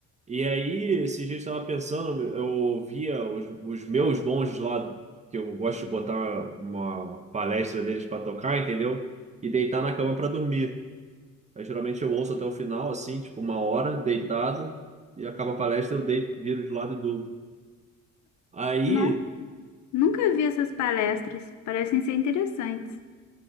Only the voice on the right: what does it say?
E aí, esses dias eu estava pensando, eu via os, os meus monges lá, que eu gosto de botar uma palestra deles pra tocar, entendeu? E deitar na cama pra dormir. Aí, geralmente eu ouço até o final, assim, tipo uma hora, deitado, e acaba a palestra, eu deito, viro de lado e durmo. Aí.